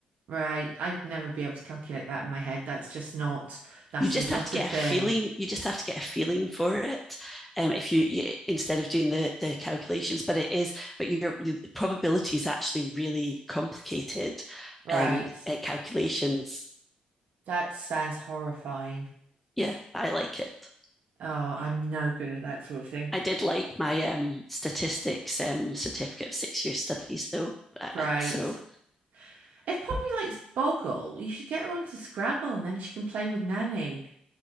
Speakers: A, on the right; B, in the centre.
A: Right. I'd never be able to calculate that in my head. That's just not, that
B: You just
A: is not
B: have to get
A: a thing.
B: a feeling. You just have to get a feeling for it. Um, if you, you instead of doing the the calculations, but it is, but your, your probability is actually really complicated.
A: Right.
B: Um, uh, calculations.
A: That sounds horrifying.
B: Yeah, I like it.
A: Oh, I'm no good at that sort of thing.
B: I did like my um, statistics um, certificate of six year studies, though. Uh,
A: Right.
B: so
A: If Poppy likes Boggle, you should get her onto Scrabble and then she can play with Nanny.